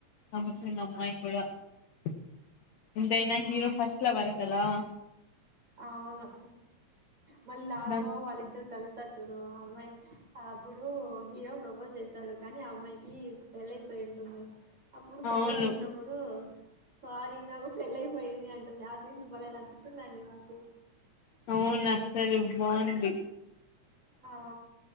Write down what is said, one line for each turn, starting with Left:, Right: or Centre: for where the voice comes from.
Left: నమస్ అమ్మాయి కూడా కూడా ఇంతైనా
Right: ఆ
Left: హీరో ఫస్ట్ లవర్ కదా
Right: అవును మళ్ళ లాస్ట్
Left: దాన్
Right: లో వాళ్ళిద్దరు కలిసి చుడు అమ్మాయి అప్పుడు హీరో ప్రపోజ్ చేస్తాడు కానీ అమ్మాయికి వెలైపోయి ఉంటుంది అప్పుడు ప్రపోస్
Left: అవును
Right: చేసినప్పుడు సారి నాకు ఫెల్లి ఐపోయింది అంటుంది అ సీను నచ్చితుందండి ట
Left: అవున్ అస్సలు బాగ్ లే
Right: ఆ!